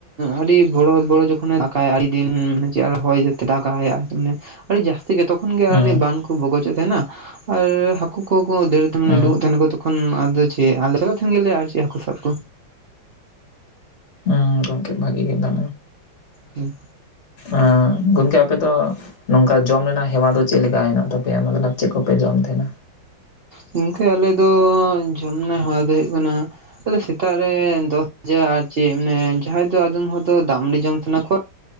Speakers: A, on the right (about 60°); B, on the left (about 40°).
A: ᱟᱹᱰᱤ ᱵᱚᱲᱚ ᱵᱚᱲᱚ ᱡᱚᱠᱷᱚᱱᱮ ᱫᱟᱜᱠᱟᱭ ᱟᱹᱰᱤ ᱫᱤᱱ ᱪᱮ ᱟᱨ ᱦᱚᱭ ᱫᱟᱜ ᱟᱭ ᱟᱨᱤ ᱢᱟᱱᱮ ᱟᱹᱰᱤ ᱡᱟᱹᱥᱛᱤ ᱜᱮ ᱛᱚᱠᱷᱚᱱ ᱜᱮ
B: ᱦᱩᱸ
A: ᱵᱟᱱ ᱠᱚ ᱵᱚᱜᱚᱡᱮᱫ ᱛᱟᱦᱮᱸᱱᱟ ᱟᱨ ᱦᱟᱹᱠᱩ ᱠᱚ ᱫᱟᱹᱲ ᱩᱰᱩᱠᱚᱜ
B: ᱦᱩᱸ
A: ᱛᱟᱦᱮᱸᱱᱟ ᱠᱚ ᱛᱚᱠᱷᱚᱱ ᱟᱫᱚ ᱪᱮᱫ ᱟᱞᱮ ᱪᱟᱞᱟᱜ ᱛᱟᱦᱮᱸᱱ ᱜᱮᱭᱟᱞᱮ ᱟᱨ ᱪᱮᱫ ᱦᱟᱹᱠᱩ ᱥᱟᱵ ᱠᱚ
B: ᱦᱩᱸ ᱜᱚᱝᱠᱮ ᱵᱷᱟᱜᱤ ᱜᱮ ᱫᱮ
A: ᱦᱩᱸ
B: ᱟᱻ ᱜᱚᱢᱠᱮ ᱟᱯᱮ ᱫᱚ ᱱᱚᱝᱠᱟ ᱡᱚᱢ ᱨᱮᱱᱟᱜ ᱦᱮᱣᱟ ᱫᱚ ᱪᱮᱫ ᱞᱮᱠᱟ ᱦᱮᱱᱟᱜ ᱛᱟᱯᱮᱭᱟ ᱢᱚᱛᱞᱚᱵ ᱪᱮᱫ ᱠᱚᱯᱮ ᱡᱚᱢ ᱛᱟᱦᱮᱸᱱᱟ
A: ᱜᱚᱝᱠᱮ ᱟᱞᱮ ᱫᱚ ᱡᱚᱢ ᱨᱮᱱᱟᱜ ᱦᱮᱣᱟ ᱫᱚ ᱦᱩᱭᱩᱜ ᱠᱟᱱᱟ ᱟᱞᱮ ᱥᱮᱛᱟᱜ ᱨᱮ ᱫᱚ ᱡᱟᱨ ᱡᱮ ᱪᱮᱫ ᱡᱟᱦᱟᱸᱭ ᱫᱚ ᱟᱫᱚᱢ ᱦᱚᱲ ᱫᱚ ᱫᱟᱜ ᱢᱟᱹᱰᱤ ᱡᱚᱢ ᱛᱟᱦᱮᱸᱱ ᱠᱚ